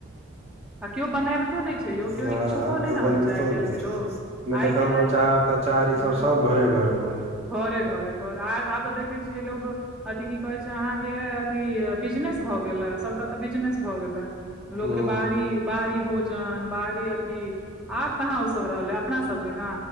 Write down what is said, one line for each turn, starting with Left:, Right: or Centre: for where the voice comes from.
Centre: <inaudible> आ केओ बनाबितो नहि छै यौ
Right: हँ
Centre: केओ इच्छुको
Right: हँ केओ
Centre: नै ने
Right: बनबितो
Centre: होइ छै आइ काल्हि
Right: नहि
Centre: के
Right: छै
Centre: लोग
Right: नहि
Centre: आइ
Right: तऽ कहू
Centre: काल्हि
Right: अचार ई
Centre: हूँ
Right: सब सब घरे घरे बनै
Centre: घरे घरे घरे आ आब तऽ देखै छियै लोग अथि की कहैत छै अहाँके अथि बिजनेस भऽ गेलए सभटा तऽ बिजनेस भऽ गेलए लोकके
Right: हूँ
Centre: बाहरी बाहरी भोजन बाहरी अथि आब कहाँ ओ सब रहलै अपना सब जेका